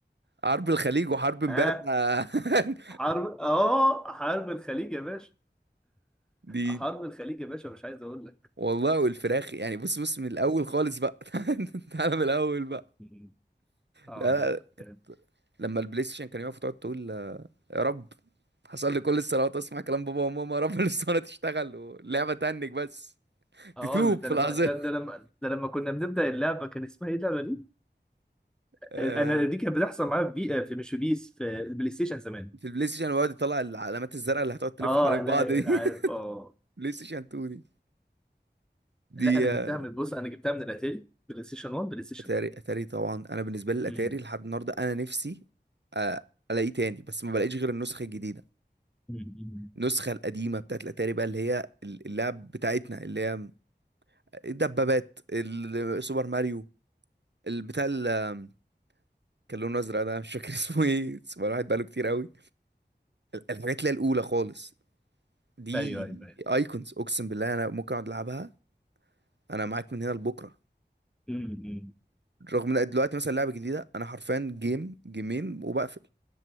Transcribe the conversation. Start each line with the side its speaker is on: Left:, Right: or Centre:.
Right: حرب الخليج وحرب امبابة
Centre: ها
Right: <laughs>
Centre: حرب اه حرب الخليج يا باشا
Right: دي
Centre: حرب الخليج يا باشا مش عايز اقول لك
Right: والله والفراخ يعني بص بص من الاول خالص بقى <laughs> تعالى من الاول بقى
Centre: <laughs> مم. اه
Right: لا
Centre: لا
Right: لا
Centre: كانت-
Right: لما البلاي ستيشن كان يقف وتقعد تقول يا رب حصل لي كل الصلوات اسمع كلام بابا وماما يا رب <laughs> الاسطوانه تشتغل واللعبه تنك بس
Centre: اه
Right: تتوب
Centre: لا، ده
Right: في
Centre: لما
Right: لحظه
Centre: ده, ده لما ده لما كنا بنبدأ اللعبة كان اسمها ايه اللعبة دي؟
Right: آه،
Centre: انا دي كانت بتحصل معايا في بي... في مش في بيس في البلاي ستيشن زمان
Right: في البلاي ستيشن ويقعد يطلع العلامات الزرقاء اللي هتقعد تلف
Centre: اه
Right: حوالين
Centre: لا
Right: بعض
Centre: لا،
Right: دي <laughs>
Centre: اه
Right: بلاي ستيشن 2 دي دي
Centre: لا انا جبتها
Right: آه،
Centre: من بص انا جبتها من الاتاري بلاي ستيشن 1 بلاي ستيشن
Right: اتاري اتاري طبعا انا بالنسبه لي الاتاري
Centre: 2
Right: لحد النهارده انا نفسي آه، الاقيه تاني بس ما بلاقيش غير النسخه الجديده
Centre: مم.
Right: النسخة القديمة بتاعت الأتاري بقى اللي هي اللعب بتاعتنا اللي هي الدبابات ال- سوبر ماريو البتاع ال- كان لونه أزرق ده مش فاكر <laughs> اسمه ايه سوبر واحد بقاله كتير قوي الحاجات اللي هي الأولى خالص دي
Centre: ايوه ايوه ايوه
Right: ايكونز اقسم بالله انا ممكن اقعد العبها انا معاك من هنا لبكره
Centre: مم.
Right: رغم ان دلوقتي مثلا لعبه جديده انا حرفيا جيم جيمين وبقفل